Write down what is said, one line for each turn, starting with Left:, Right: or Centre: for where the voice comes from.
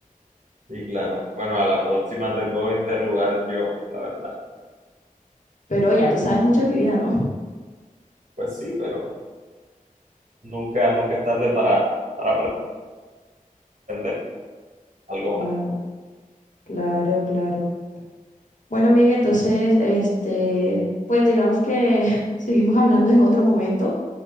Right: Sí, claro. Bueno, a la próxima te puedo interrogar yo, la verdad.
Left: Pero ya tú sabes mucho de mi vida, ¿no?
Right: Pues sí, pero nunca, nunca es tarde para, para aprender algo
Left: Cla-
Right: más.
Left: claro, claro. Bueno, amiga, entonces, este, pues digamos que <laughs> seguimos hablando en otro momento,